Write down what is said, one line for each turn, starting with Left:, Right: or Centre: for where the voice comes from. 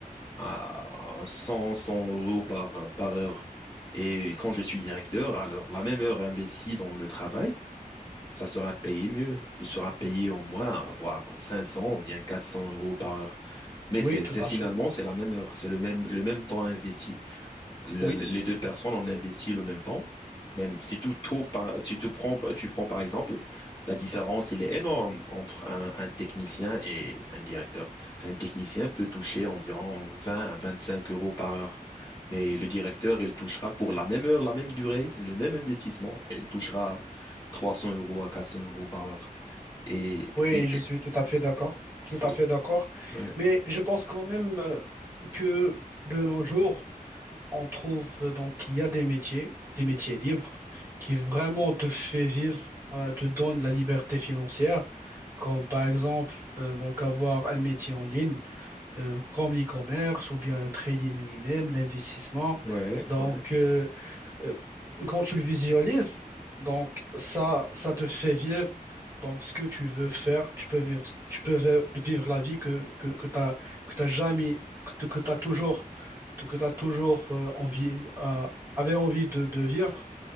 Left: à, à 100, 100 euros par, par heure. Et quand je suis directeur, alors la même heure investie dans le travail, ça sera payé mieux. Tu seras payé au moins, hein, voire 500, bien 400 euros par heure. Mais
Right: Oui,
Left: c'est
Right: tout
Left: c'est-
Right: à
Left: finalement,
Right: fait.
Left: c'est la même heure, c'est le même, le même temps investi le-
Right: Oui,
Left: le- les deux personnes ont investi le même temps. Même si tu trouves par- si tu prends, tu prends par exemple, la différence, il est énorme entre un, un technicien et un directeur. Un technicien peut toucher environ 20 à 25 euros par heure. Mais le directeur, il touchera pour la même heure, la même durée, le même investissement, et il touchera 300 euros à 400 euros par heure. Et
Right: oui,
Left: c'est,
Right: je suis tout à fait d'accord. Tout
Left: c'est,
Right: à fait d'accord.
Left: ouais,
Right: Mais je pense quand même euh, que de nos jours, on trouve euh, donc il y a des métiers, des métiers libres, qui vraiment te fait vivre, euh, te donne la liberté financière, comme par exemple euh, donc avoir un métier en ligne. euh, comme l'e-commerce ou bien le trading lui-même, l'investissement.
Left: ouais,
Right: Donc,
Left: ouais,
Right: euh, euh, quand tu le visualises, donc ça, ça te fait vivre donc ce que tu veux faire. Tu peux vivre, tu peux vi- vivre la vie que, que, que tu as, que t'as jamais, que, tu as toujours, que t'as toujours euh, envie, euh, avait envie de, de vivre